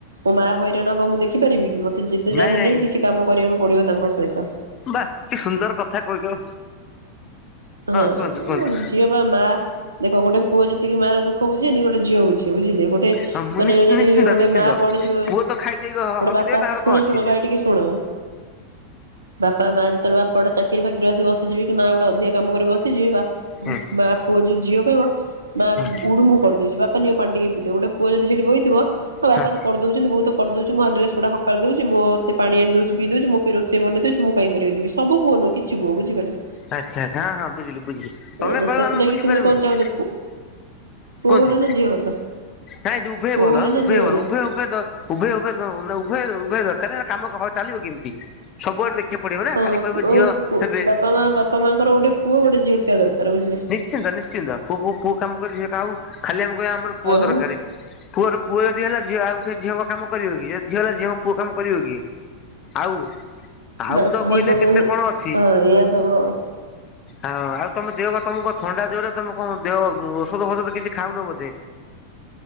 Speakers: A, on the right; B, on the left.
A: ମୋ ମା ହଇରାଣ ହବ ମୁଁ ଦେଖିପାରିବି କି ମତେ ଯେତେ ଯାହା
B: ନାଇଁ
A: ହେଲେ
B: ନାଇଁ
A: ବି କିଛି କାମ କରିବାକୁ ପଡିବ ତାଙ୍କ ହେଇ ତ
B: ବା କି ସୁନ୍ଦର କଥା କହିଲ।
A: ହଁ
B: କୁହନ୍ତୁ କୁହନ୍ତୁ
A: ଝିଅ ମୋ ମା ଦେଖ ଗୋଟେ ପୁଅ ଯେତିକି ମା ର ଦୁଃଖ ବୁଝେନି ଗୋଟ ଝିଅ ବୁଝେ ବୁଝିଲେ। ଗୋଟେ ଟେ
B: ହଁ ମୁଁ
A: ମାନେ
B: ନିଶ୍ଚି
A: ଯଦି
B: ନିଶ୍ଚିନ୍ତ
A: ଗୋଟେ
B: ନିଶ୍ଚିନ୍ତ।
A: ମା ପଡିଯିବ
B: ପୁଅ ତ ଖାଇଦେଇ
A: ଗୋଟେ
B: ହଗିଦେବେ
A: ବାପା
B: ତାଙ୍କର
A: ଶୁଣ
B: କଣ ଅଛି
A: ଶୁଣ ଭାଇ ଟିକେ ଶୁଣ ବାପା ମା ଯେତେବେଳେ ବାପା ଗୋଟେ ଚାକିରି ଫାକିରିରେ ଆସି ବସିଯିବି କି ମା ଗୋଟେ ଅଧିକା କାମ କରି ବସିଯିବେ ବା ଉଁ
B: ହୁଁ
A: ମା ପୁଅ ଯୋଉ ଝିଅ କହିବ ମା
B: ହୁଁ
A: ଉଠୁ ମୁଁ କରିଦୋଉଚି ବାପା ନିଅ ପାଣି ଟିକେ ପିଇଦିଅ। ଗୋଟେ ପୁଅ ଯଦି ସେଠି ବଇଥିବ ମୋ ବାପା
B: ହଁ
A: ତ କରିଦଉଚନ୍ତି ବୋଉ ତ କରିଦଉଚି ମୋ ଡ୍ରେସ ପଟା ହକାଳି ଦଉଚି ମୋତେ ପାଣି ଆଣି ଦଉଚି ପିଇ ଦଉଚି ମୋ ପାଇଁ ରୋଷେଇ ବନେଇଦଉଚି ତ ମୁଁ କାଇଁ କରିବାକୁ ଯିବି। ସବୁ ପୁଅ ନୁହେଁ କିଛି ପୁଅ ବୁଝିପାରିଲେ।
B: ଆଚ୍ଛା ଆଚ୍ଛା ହଁ ହଁ ବୁଝିଲି ବୁଝିଲି ତମ
A: ତ
B: କହିବ
A: ସେଥିଲାଗି
B: ଆମେ ବୁଝିପାରିବୁନୁ।
A: ତୁମେ କଣ ଚାହୁଁଛ ପୁଅ ଭଲ
B: କୁହନ୍ତୁ
A: ନା ଝିଅ ଭଲ
B: ନାଇ ଉଭୟେ
A: ପୁଅ
B: ଭଲ
A: ନା
B: ଉଭୟେ
A: ଝିଅ
B: ଭଲ ଉଭୟେ ଉଭୟେଦ ଉଭୟେ ଉଭୟେ ଦ ଉଭୟ ଉଭୟେ ଦରକାର ନହଲେ କାମ ହଁ ଚାଲିବ କେମିତି? ସବୁଆଡେ ଦେଖିବାକୁ ପଡିବ ନା
A: ହଁ
B: ଖାଲି କହିବ ଝିଅ
A: ପୁଅ
B: ହେବେ
A: ବାପା ମା ବାପା ମାଆଙ୍କର ଗୋଟେ ପୁଅ ଗୋଟେ ଝିଅ ଛୁଆ ଦରକାର ବୁଝିଲେ।
B: ନିଶ୍ଚିନ୍ତ ନିଶ୍ଚିନ୍ତ ପୁଅ ପୁଅ କାମ କରିବ ଝିଅ ଆଉ ଖାଲି ଆମେ କହିବା ଆମର ପୁଅ
A: ଆଉ
B: ଦରକାର। ପୁଅର ପୁଅ ଯଦି ହେଲା ଝିଅ ଆଉ ସେ ଝିଅଙ୍କ କାମ କରିବ କିଏ ଯଦି ଝିଅ ହେଲା ଝିଅଙ୍କ ପୁଅ କାମ କରିବ କିଏ। ଆଉ ଆଉ
A: ବାସ୍
B: ତ
A: ଦି
B: କହିଲେ
A: ପଟୁ
B: କେତେ କଣ ଅଛି?
A: ହଁ ଏଇଆ ସବୁ ଆଉ
B: ଆଉ ଆଉ ତମ ଦେହ ଭଲ ତମକୁ କଣ ଥଣ୍ଡା ଜୋରେ ତମେ କଣ ଦେହ ଔଷଧ ଫୋଷଧ କିଛି ଖାଉନ ବୋଧେ।